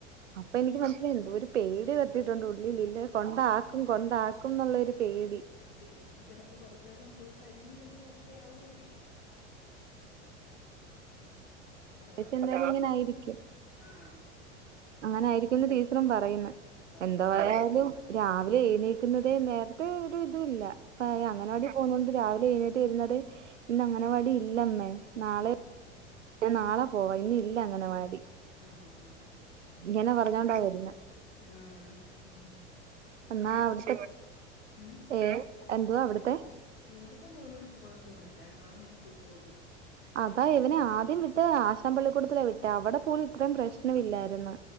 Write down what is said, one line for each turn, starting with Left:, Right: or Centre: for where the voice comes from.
Right: അപ്പൊ എനിക്ക് മന ഒരു പേടി തട്ടിട്ടുണ്ട് ഉള്ളില്
Left: ആ
Right: ഇല്ലെ കൊണ്ടാക്കും കൊണ്ടാക്കും എന്നുള്ളരു പേടി
Left: ടി ഇനി ചിലപ്പോ കുറച്ച് ദിവസം പോയി കഴിയുമ്പം ചിലപ്പോ ഓക്കെ ആവുവായിരിക്കും
Right: <unintelligible>
Left: ഹലോ
Right: ഒരു പക്ഷെ എന്തായാലും ഇങ്ങനെ ആയിരിക്കും
Left: ആഹ്
Right: അങ്ങനെ
Left: ഉം
Right: ആയിരിക്കുമെന്ന് ടീച്ചറും പറയുന്നു
Left: പറയുന്നു
Right: എന്തോ ആയാലും രാവിലെ എഴുനേക്കുന്നതെ നേരത്തെ ഒരു ഇതു ഇല്ല ഇപ്പം
Left: ആഹ്
Right: അംഗനവാടി പോകുന്നോണ്ട് രാവി ലെ ഏറ്റ് ഇരുന്നതെ ഇന്ന് അംഗനവാടിയില്ലമ്മെ നാളെ
Left: ഉം
Right: ഞാൻ നാളെ പോവാം ഇന്ന് ഇല്ല അംഗനവാടി
Left: ആഹ് ഹാ ഹാ ഹാ ഹാ
Right: ഇങ്ങനെ പറഞ്ഞോണ്ട വരുന്ന
Left: ആഹ് ഉം പക്ഷെ
Right: എന്നാ
Left: ഇവിടെ
Right: അവിട്ത്തെ
Left: ഉം
Right: ഏ എന്തുവാ അവിടുത്തെ
Left: ഇവിടത്തെ മോന് പക്ഷെ കുഴപ്പമൊന്നുമില്ല കേട്ടോ അവനങ്ങ് പോയ്ക്കോളും
Right: അതാ ഇവനെ ആദ്യം വിട്ടത് ആശാൻ പള്ളിക്കൂടത്തിലാ വിട്ടേ അവിടെ പോലും ഇത്രയും പ്രശ്നം ഇല്ലായിരുന്നു